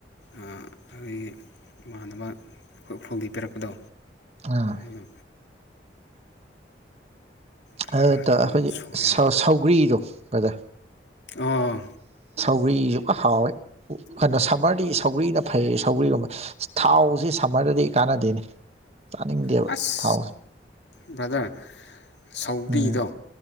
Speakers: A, on the left (about 80°); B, on the right (about 35°).
A: ꯑꯩꯈꯣꯏꯒꯤ ꯏꯃꯥꯟꯅꯕ ꯑꯩꯈꯣꯏ ꯎꯈ꯭ꯔꯨꯜꯗꯤ ꯄꯤꯔꯛꯄꯗꯣ
B: ꯑꯥ
A: ꯑꯗꯨ ꯈꯔ
B: ꯑꯩꯈꯣꯏꯒꯤ
A: ꯈꯔ ꯑꯗꯨꯝ ꯁꯣꯏꯔꯦ
B: ꯁꯧꯒ꯭ꯔꯤꯗꯣ ꯕ꯭ꯔꯗꯔ
A: ꯑꯥ
B: ꯁꯧꯒ꯭ꯔꯤꯁꯨ ꯍꯥꯎꯋꯦ ꯀꯣ ꯁꯝꯃꯔꯗꯤ ꯁꯧꯒ꯭ꯔꯤꯅ ꯐꯩ ꯁꯧꯒ꯭ꯔꯤꯒꯨꯝꯕ ꯊꯥꯎ ꯈꯔꯗꯗꯤ ꯀꯥꯟꯅꯗꯦꯅꯤ ꯆꯥꯅꯤꯡꯗꯦꯕ
A: ꯑꯁ
B: ꯊꯥꯎꯁꯦ
A: ꯕ꯭ꯔꯗꯔ ꯁꯧꯒ꯭ꯔꯤꯗꯣ
B: ꯎꯝ